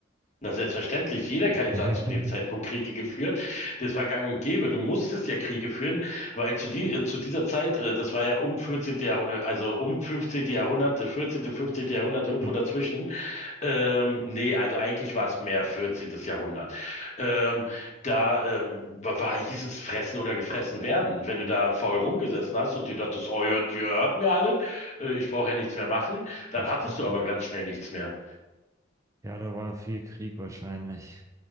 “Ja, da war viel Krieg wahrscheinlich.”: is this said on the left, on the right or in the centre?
Right